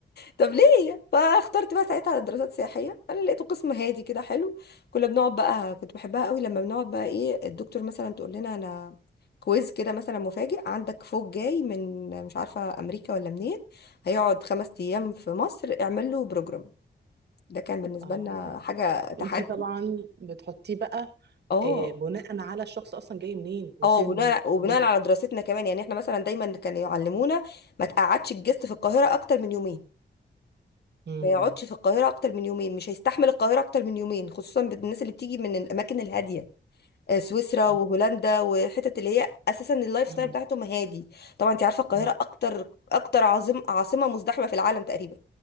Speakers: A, on the left (about 65°); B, on the right (about 65°).
A: طب ليه فاخترت بقى ساعتها على دراسات سياحيه انا لقيته قسم هادي كده حلو كنا بنقعد بقى كنت بحبها قوي لما بنقعد بقى ايه الدكتور مثلا تقول لنا انا كويز كده مثلا مفاجئ عندك فوق جاي من مش عارفه امريكا ولا منين هيقعد خمس ايام في مصر اعمل له بروجرام ده كان بالنسبه
B: اه
A: لنا حاجه تحدي
B: وانتي طبعا بتحطيه بقى
A: اه
B: آه، بناء على الشخص اصلا جاي منين وسنه
A: اه وبناء
B: اكيد
A: وبناء على دراستنا كمان يعني احنا مثلا دايما كانوا يعلمونا ما تقعدش الجست في القاهره اكتر من يومين
B: امم
A: ما يقعدش في القاهرة أكتر من يومين مش هيستحمل القاهرة أكتر من يومين خصوصا بالناس اللي بتيجي من الأماكن الهادية آه، سويسرا
B: اه
A: وهولندا والحتت اللي هي أساسا اللايف
B: مم.
A: ستايل بتاعتهم هادي طبعا أنت عارفة القاهرة
B: مم.
A: أكتر أكتر عاصم عاصمة مزدحمة في العالم تقريبا